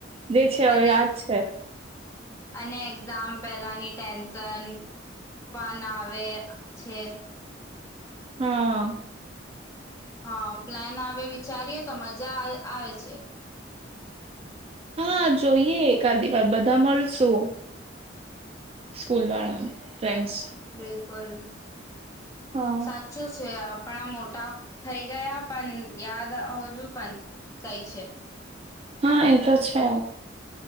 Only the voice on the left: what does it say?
અને
અને એક્ઝામ પેલાની ટેન્શન પણ આવે છે
હા પ્લાન આવે વિચારીએ તો મજા આવે છે
બિલકુલ,
સાચું છે આપ આપણા મોટા થઈ ગયા પણ યાદ આવજુ પણ થાય છે.